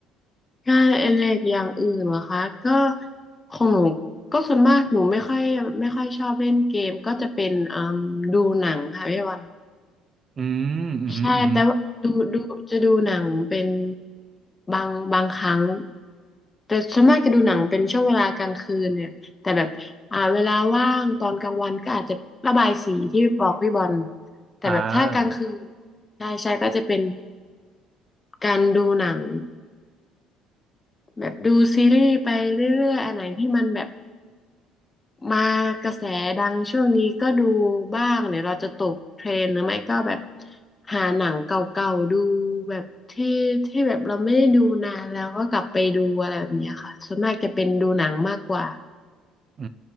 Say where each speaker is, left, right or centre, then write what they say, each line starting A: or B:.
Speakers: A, on the left (about 20°); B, on the right (about 35°).
A: งานอดิเรกอย่างอื่นเหรอคะก็ของหนูก็ส่วนมากหนูไม่ค่อยไม่ค่อยชอบเล่นเกมก็จะเป็นอืมดูหนังค่ะพี่วัน
B: อืม อืมอหืมออือหือ
A: ใช่แต่ว่าดูดูจะดูหนังเป็นบางบางครั้งแต่ส่วนมากจะดูหนังเป็นช่วงเวลากลางคืนเนี่ยแต่แบบอ่าเวลาว่างตอนกลางวันก็อาจจะระบายสีที่บอกพี่บอลแต่แบบถ้ากลางคืน
B: อ่า
A: ใช่ใช่ก็จะเป็นการดูหนัง แบบดูซีรีส์ไปเรื่อยๆอันไหนที่มันแบบมากระแสดังช่วงนี้ก็ดูบ้างเดี๋ยวเราจะตกเทรนด์หรือไม่ก็แบบหาหนังเก่าๆดูแบบที่ที่แบบเราไม่ได้ดูนานแล้วก็กลับไปดูอะไรแบบเนี้ยค่ะส่วนมากจะเป็นดูหนังมากกว่า
B: อื